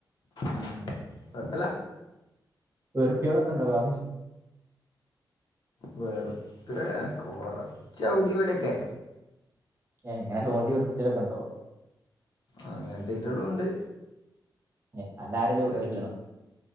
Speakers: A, on the left (about 60°); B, on the right (about 30°).
A: ഉം കൊഴപ്പല്ല
B: വെറുപ്പികളൊക്കെണ്ടോ ക്ലാസ്സി
A: വെറുപ്പിയാള് കൊറച്ച് അവ്ടെ ഇവിടെക്കെ
B: ഏഹ് ഇങ്ങനെ തോണ്ടി വെറുച്ചിലൊക്കെ ഒണ്ടോ
A: ആ അങ്ങനെത്തയീറ്റകളും ഉണ്ട്
B: ഏഹ് അതരേലും ഒപ്പിക്കണോ
A: എൽ